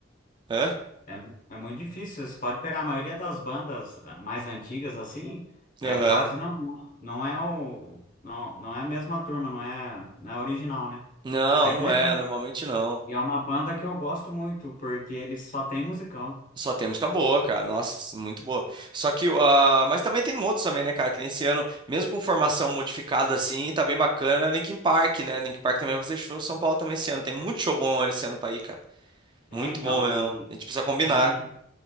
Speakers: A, on the right (about 25°); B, on the left (about 45°).
A: Hã?
B: é, é muito difícil. Você pode pegar a maioria das bandas ah, mais antigas assim, é
A: Aham.
B: quase não, não é o, não, não é a mesma turma, não é, não é a original, né?
A: Não,
B: Mas
A: não
B: que legal.
A: é, normalmente não.
B: E é uma banda que eu gosto muito, porque eles só tem musicão.
A: Só tem música boa, cara. Nossa, muito boa. Só que, ah, mas também tem outros também, né, cara? Que nesse ano, mesmo com formação modificada assim, tá bem bacana. Linkin Park, né? Linkin Park também vai fazer show em São Paulo também esse ano. Tem muito show bom esse ano pra ir, cara.
B: É,
A: Muito
B: então,
A: bom mesmo.
B: e
A: A gente precisa combinar.
B: o Link,